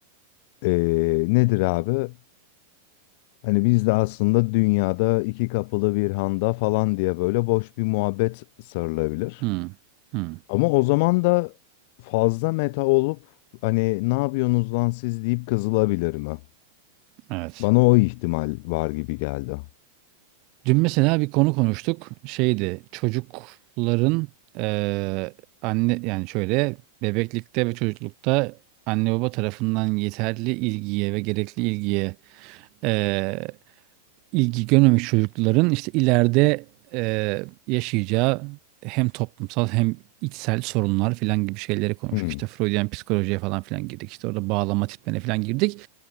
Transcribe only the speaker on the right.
Hmm, hmm,
evet.
Dün mesela bir konu konuştuk. Şeydi çocukların eee, anne yani şöyle bebeklikte ve çocuklukta anne baba tarafından yeterli ilgiye ve gerekli ilgiye e, ilgi görmemiş çocukların işte ileride e, yaşayacağı hem toplumsal hem içsel sorunlar filan gibi şeyleri konuştuk.
İşte Freudian psikolojiye falan filan girdik. İşte orada bağlama tiplerine filan girdik.